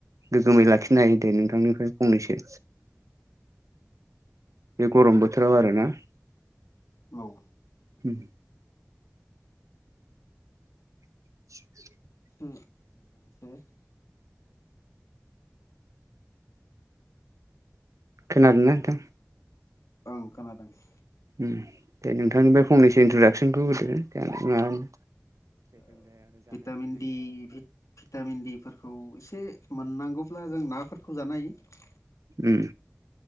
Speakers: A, on the right; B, on the left.
A: गोग्गोमै लाखिनो हायो दे नोंथांनिफ्राय फंनैसो? बे गरम बथोराव आरोना?
B: औ
A: उम <inaudible>
B: उम
A: खोनादोंनो नोंथां?
B: ओं खोनादों ।
A: उम दे नोंथांनिफ्राय फंनैसो इन्ट्रदाक्सनखौ होदो देन माबानि?
B: ओ भिटामिन दि पिटामिन दि फोरफोरखौ एसे मोननांगौब्ला जों नाफोरखौ जानो हायो ।
A: उम